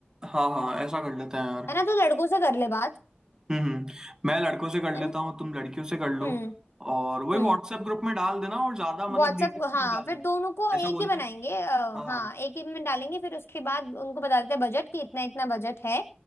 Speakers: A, on the right; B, on the left.
A: हाँ हाँ ऐसा कर लेते हैं यार
B: है ना तो लड़कों से कर ले बात
A: हम्म हम्म, मैं लड़कों से कर लेता
B: है ना
A: हूँ तुम लड़कियों से कर लो
B: हम्म
A: और वही
B: हम्म
A: व्हाट्सएप ग्रुप में डाल देना और ज्यादा मतलब
B: व्हाट्सएप
A: डिटेल्स
B: हाँ
A: मत डालना
B: फिर दोनों को
A: ऐसा
B: एक
A: बोलना
B: ही बनाएंगे अ,
A: हाँ
B: हाँ एक ही में डालेंगे फिर उसके बाद उनको बता देते हैं बजट कि इतना इतना बजट है